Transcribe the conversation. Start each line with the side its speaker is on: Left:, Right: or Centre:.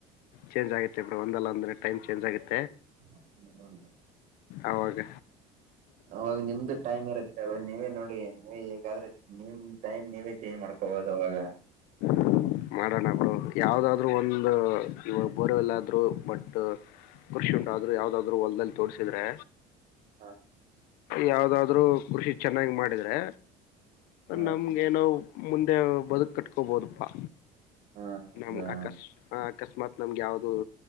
Left: ಚೇಂಜ್ ಆಗುತ್ತೆ ಬಿಡೋ ಒಂದಲ್ಲ ಅಂದ್ರೆ ಟೈಮ್ ಚೇಂಜ್ ಆಗುತ್.
Right: ಹ್ಮ್ಮ್.
Left: ಅವಾಗ.
Right: ಅವಾಗ ನಿಮ್ದು ಟೈಮ್ ಇರುತ್ತೆ ಅವಗ್ ನೀವೇ ನೋಡಿ ನೀವೇ ಹೇಗಾದ್ರೆ ನಿಮ್ ಟೈಮ್ ನೀವೇ ಚೇಂಜ್ ಮಾಡ್ಕೋಬೋದ್. ಅವಾಗ.
Left: <inaudible> ಮಾಡೋಣ ಬ್ರೋ ಯಾವುದಾದ್ರೂ ಒಂದು ಇವಾಗ ಬೋರ ಎಲ್ಲಾದ್ರು ಬಟ್. ಕೃಷಿ ಉಂಟಾದ್ರ ಯಾವ್ದಾದ್ರು ಹೊಲ್ದಲ್ ತೋರ್ಸಿದ್ರೆ.
Right: ಹಾ ಹಾ.
Left: ಯಾವದಾದ್ರು ಕೃಷಿ ಚೆನ್ನಾಗ್ ಮಾಡಿದ್ರೆ
Right: ಹಾ
Left: ನಮ್ಗೇನೋ. ಮುಂದೆ ಬದುಕ್ ಕಟ್ಕೋಬೋದುಪ್ಪಾ
Right: ಹಾ ಹೌದಾ
Left: ನಮ್ಗ್ ಅಕಸ್. ಅಕಸ್ಮಾತ್ ನಮ್ಗೆ ಯಾವ್ದ